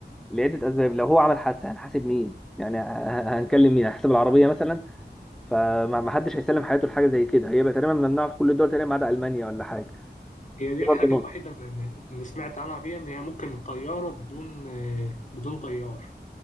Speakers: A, in the centre; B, on the left (about 45°).
A: لعده اسباب لو هو عمل حادثه هنحاسب مين يعني ه- ه- هنكلم مين هنحسب العربيه مثلا فما ما حدش هيسلم حياته لحاجه زي كده هي بقى تقريبا ممنوعه في كل الدول تقريبا ما عدا المانيا ولا حاجه
B: هي دي
A: دي
B: الحاجه
A: برضو نقطه
B: الوحيده اللي اللي سمعت عنها فيها ان هي ممكن الطياره بدون آه، بدون طيار